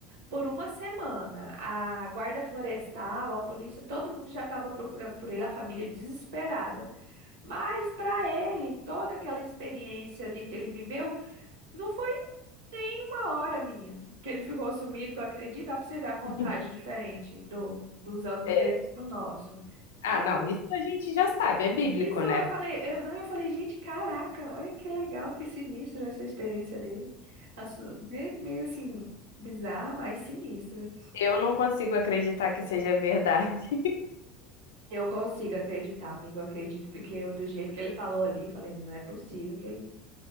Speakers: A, on the right; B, on the left.
A: por uma semana. A guarda florestal, a polícia, todo mundo já estava procurando por ele, a família desesperada. Mas para ele, toda aquela experiência ali que ele viveu, não foi tem uma hora, menino, que ele ficou sumido, tu acredita? Ó, Pra você ver a contagem
B: <laughs>
A: diferente do, dos anos
B: É.
A: deles pro nosso.
B: Ah,
A: Aí
B: não,
A: eu falei,
B: isso a gente já sabe, é bíblico,
A: isso,
B: né?
A: eu falei, aham, eu falei, gente, caraca, olha que legal, que sinistro essa experiência dele. A su- Meio, meio assim, bizarra, mas sinistra.
B: Eu não consigo acreditar que seja verdade.
A: Eu consigo acreditar, amigo, eu acredito, porque eu, do jeito que ele falou ali, eu falei, não é possível que ele.